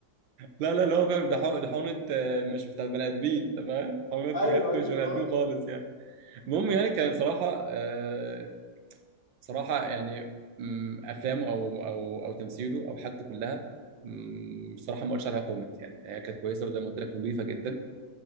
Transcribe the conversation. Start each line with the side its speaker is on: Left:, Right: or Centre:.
Right: لا لا اللي هو فاهم ده حو- ده حقنة آه، مش بتاعت بني ادمين انت فاهم حقنة بجد
Left: ايوه ايوه
Right: مش بني
Left: اه
Right: ادمين خالص يعني المهم يعني كان بصراحة آه، صراحة يعني مم، افلامه او او او تمثيله او حاجته كلها مم، بصراحة ما قلتش عليها كومنت يعني هي كانت كويسة وزي ما قلت لك نظيفة جدا